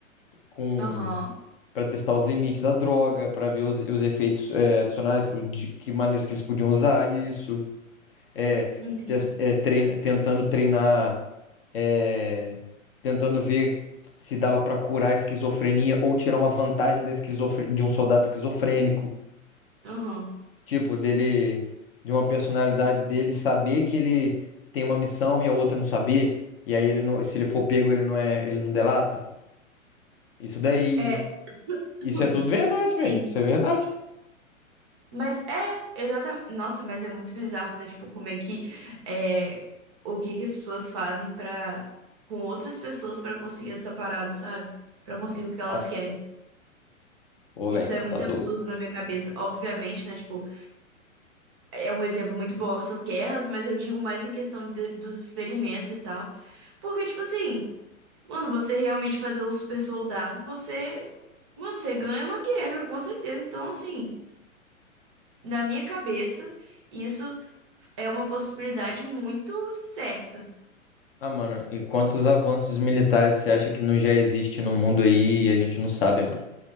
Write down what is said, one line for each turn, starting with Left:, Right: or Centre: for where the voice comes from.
Left: com
Right: Aham,
Left: para testar os limites da droga, para ver os, os efeitos é, adicionais, o de que maneiras que eles podiam usar isso, é,
Right: entendi.
Left: test- é, trein- tentando treinar, é, tentando ver se dava para curar a esquizofrenia ou tirar uma vantagem da esquizofre- de um soldado esquizofrênico,
Right: Aham.
Left: tipo dele, de uma personalidade dele saber que ele tem uma missão e a outra não saber, e aí ele não, se ele for pego ele não é, ele não delata. Isso daí,
Right: É, <coughs>
Left: isso é tudo
Right: <clears throat>
Left: verdade,
Right: sim.
Left: velho. Isso é verdade.
Right: Mas é, exatamente. Nossa, mas é muito bizarro, né? Tipo, como é que. É, o que que as pessoas fazem para com outras pessoas para conseguir essa parada, sabe? para conseguir o que elas
Left: Nossa.
Right: querem.
Left: Pô,
Right: Isso
Left: velho, você
Right: é muito
Left: tá doido.
Right: absurdo na minha cabeça. Obviamente, né? Tipo, é um exemplo muito bom essas guerras, mas eu digo mais em questão de- dos experimentos e tal. Porque, tipo assim. Mano, você realmente fazer um super soldado, você. Mano, você ganha uma guerra, com certeza. Então, assim, na minha cabeça, isso é uma possibilidade muito certa.
Left: Ah, mano, e quantos avanços militares você acha que não já existe no mundo aí e a gente não sabe, mano?